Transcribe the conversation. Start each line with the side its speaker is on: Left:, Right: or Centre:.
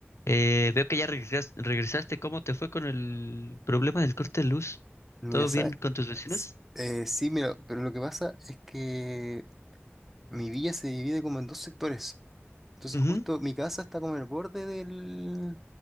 Left: Eh, veo que ya regresas- regresaste. ¿Cómo te fue con el problema del corte de luz?
Centre: Mira,
Left: ¿Todo
Centre: sa-
Left: bien con tus vecinos?
Centre: s- eh, sí, mira, pero lo que pasa es que mi villa se divide como en dos sectores. Entonces
Left: Ujú.
Centre: justo mi casa está como en el borde del,